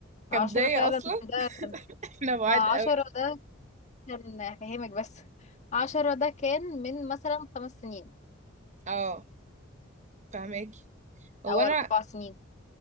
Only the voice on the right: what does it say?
كبداية
اصلا
<laughs>
احنا بعاد
قوي
اه فهماكي هو
انا